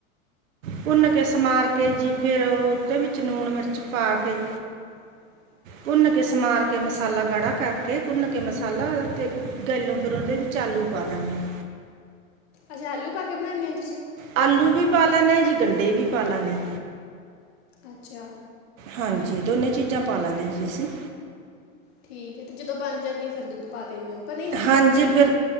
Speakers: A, on the right (about 65°); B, on the left (about 45°).
A: ਭੁੰਨ ਕੇ ਸਮਾਰ ਕੇ ਜੀ ਫੇਿਰ ਉਹਦੇ ਵਿੱਚ ਲੂਣ ਮਿਰਚ ਪਾ ਕੇ
B: ਹ
A: ਭੁੰਨ ਕੇ ਸਮਾਰ ਕੇ ਮਸਾਲਾ ਗਾੜਾ ਕਰਕੇ ਕੇ ਭੁੰਨ ਕੇ ਮਸਾਲਾ ਤੇ ਗਾਇਲੋਂ ਫਿਰ ਉਹਦੇ ਵਿੱਚ ਆਲੂ ਪਾ ਦੇਣਾ ਸੀ
B: ਅੱਛਾ ਆਲੂ ਪਾ ਕੇ ਬਣਾਦੇ ਹ
A: ਆਲੂ ਵੀ ਪਾ ਲੈਂਦੇ ਆਾਂ ਜੇ ਗੰਡੇ ਵੀ ਪਾ ਲੈਦੇੇ ਆ
B: ਅੱਛਾ
A: ਹਾਂਜੀ ਦੋਨੇ ਚੀਜ਼ਾਂ ਪਾ ਲੈਦੇ ਜੀ ਅਸੀਂ।
B: ਠੀਕ ਹੈ ਤੇ ਜਦੋਂ ਬਣ ਜਾਂਦੀ ਹੈ ਫੇਰ ਦੁੱਧ ਪਾ ਦਿੰਦੇ ਹੋ ਕਿ ਨਹੀਂ ਦੁੱਧ
A: ਹਾਂਜੀ
B: ਪਾਉਂਦੇ
A: ਫਿਰ